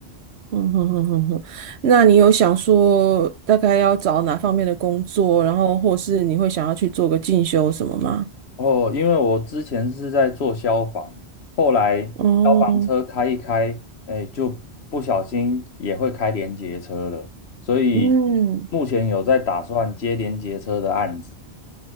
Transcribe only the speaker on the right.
嗯哼哼哼哼，那你有想说大概要找哪方面的工作，然后或是你会想要去做个进修什么吗？
哦，
嗯，